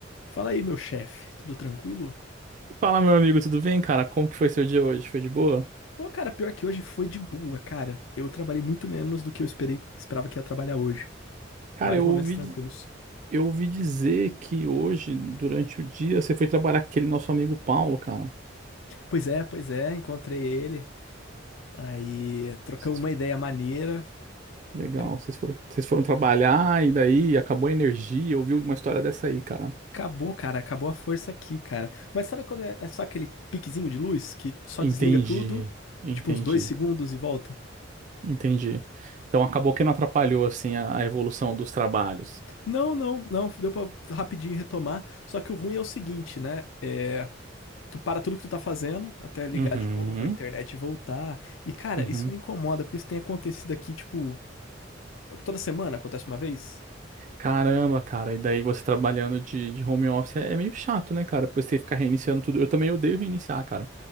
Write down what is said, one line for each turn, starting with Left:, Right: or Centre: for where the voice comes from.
Left: Fala aí, meu chefe, tudo tranquilo?
Right: Fala, meu amigo, tudo bem, cara? Como que foi seu dia hoje? Foi de boa?
Left: Pô, cara, pior que hoje foi de boa, cara. Eu trabalhei muito menos do que eu esperei, esperava que ia trabalhar hoje.
Right: Cara,
Left: Vários
Right: eu
Left: momentos
Right: ouvi,
Left: tranquilos.
Right: di- eu ouvi dizer que hoje, durante o dia, você foi trabalhar com aquele nosso amigo Paulo, cara.
Left: Pois é, pois é, encontrei ele. Aí trocamos
Right: Vocês-
Left: uma ideia maneira.
Right: Legal,
Left: Ca-
Right: vocês foram, vocês foram trabalhar e daí acabou a energia. Eu ouvi uma história dessa aí, cara.
Left: Acabou, cara, acabou a força aqui, cara. Mas sabe quando é é só aquele piquezinho de luz que só
Right: Entendi,
Left: desliga tudo,
Right: entendi,
Left: tipo uns dois segundos e volta?
Right: entendi. Então acabou que não atrapalhou, assim, a, a evolução dos trabalhos.
Left: Não, não, não, deu pra rapidinho retomar. Só que o ruim é o seguinte, né? É. Tu para tudo que tu tá fazendo, até ligar
Right: Uhum,
Left: de novo, a internet voltar. E, cara,
Right: uhum.
Left: isso me incomoda, porque isso tem acontecido aqui, tipo, toda semana acontece uma vez?
Right: Caramba, cara, e daí você trabalhando de, de home office é é meio chato, né, cara? Depois tem que ficar reiniciando tudo. Eu também odeio reiniciar, cara.